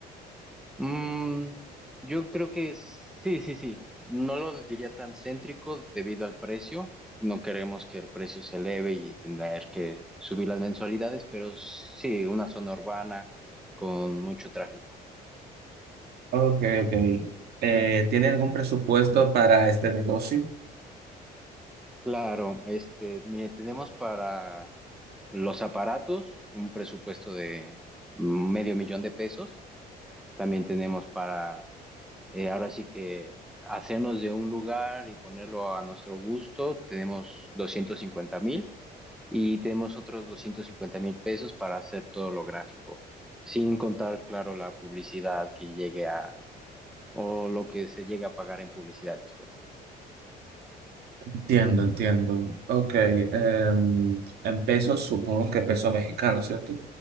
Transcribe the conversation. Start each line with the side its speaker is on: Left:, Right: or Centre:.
Centre: Mm, yo creo que sí, sí, sí. No lo diría tan céntrico debido al precio. No queremos que el precio se eleve y tener que subir las mensualidades, pero sí, una zona urbana con mucho tráfico.
Right: Ok, ok. Eh, ¿tiene algún presupuesto para este negocio?
Centre: Claro, este, mire, tenemos para los aparatos un presupuesto de medio millón de pesos. También tenemos para Eh, ahora sí que hacernos de un lugar y ponerlo a nuestro gusto, tenemos doscientos cincuenta mil y tenemos otros doscientos cincuenta mil pesos para hacer todo lo gráfico, sin contar, claro, la publicidad que llegue a, o lo que se llegue a pagar en publicidad después.
Right: Entiendo, entiendo. Ok, em, en pesos supongo que peso mexicano, ¿cierto?